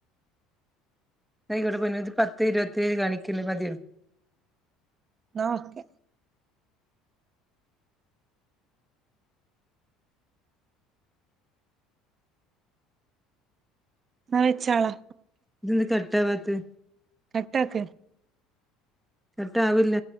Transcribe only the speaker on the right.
ന്ന ഓക്കെ എന്നാ വെച്ചൊളാ
കട്ടാക്ക്